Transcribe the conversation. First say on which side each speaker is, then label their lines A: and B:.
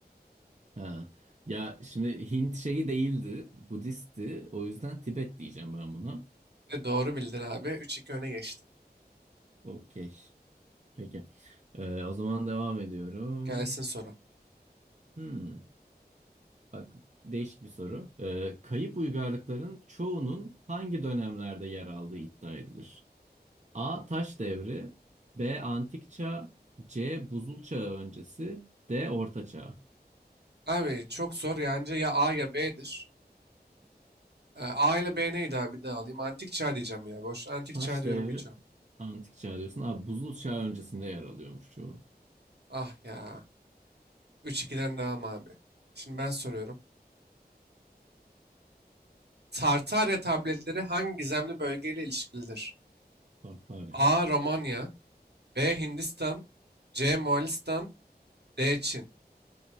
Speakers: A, on the right; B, on the right.
A: Ha. Ya şimdi Hint şeyi değildi, Budist'ti. O yüzden Tibet diyeceğim ben buna.
B: Ve doğru bildin abi. Üç iki öne geçtin.
A: Okey. Peki. Ee, o zaman devam ediyorum.
B: Gelsin soru.
A: Hmm. Bak değişik bir soru. Ee, kayıp uygarlıkların çoğunun hangi dönemlerde yer aldığı iddia edilir? A. Taş devri B. Antik çağ C. Buzul çağı öncesi D. Orta çağ.
B: Abi çok zor. Yani ya A ya B'dir. Ee, A ile B neydi abi? Bir daha alayım. Antik çağ diyeceğim ya. Boş antik
A: Taş
B: çağ diyorum
A: devri
B: geçiyorum.
A: Antik çağ diyorsun. Abi buzul çağı öncesinde yer alıyormuş çoğu.
B: Ah ya. 3-2'den devam abi. Şimdi ben soruyorum. Tartarya tabletleri hangi gizemli bölgeyle ilişkilidir?
A: Tartarya.
B: A. Romanya. B. Hindistan. C. Moğolistan. D. Çin.